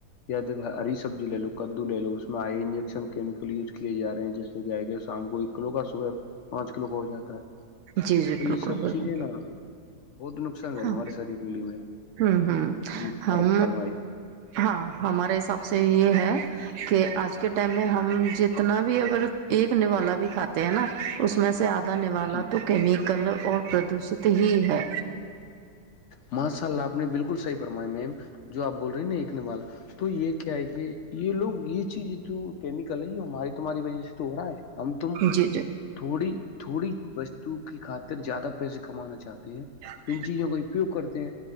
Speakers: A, on the left; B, on the right.
A: یا د ہری سبزی لے لو کدو لے لو اس میں آئی انجیکشن کیمیکل یوز کیے ج رہے ہیں جس گئے گ شام کو ایک کلو کا صبح پانچ کلو کو ہو جاتا ہے
B: جی جی
A: تو
B: بالکل
A: یہ سب
B: بالکل
A: چیزیں نا بہت نقصان دائے
B: ہاں
A: گ ہمارے سری ڈلی میں
B: ہوں ہوں
A: جی
B: ہم
A: فرمائی
B: ہاں ہمارے حساب سے یہ ہے کہ آج کے ٹائم میں ہم جتنا بھی اگر ایک نوا بھی کھاتے ہیں نا اس میں سے آ ان والا
A: جی جی
B: تو کیمیکل اور پردوشت ہی ہے
A: ماشاء اللہ آپ نے بالکل صحیح فرمایا میم جو آپ بول رہی ہیں نا ایک نمال تو یہ کیا ہے کہ یہ لوگ یہ چیز جو کیمیکل ہے یہ ہماری تمہاری وجہ سے تو ہو رہا ہے ہم تم
B: جی جی
A: تھوڑی تھوڑی وستو کی خاطر زیادہ پیسے کمانا چاہتے ہیں
B: ج <inaudible>
A: ان چیزوں کا اپیوگ کرتے ہیں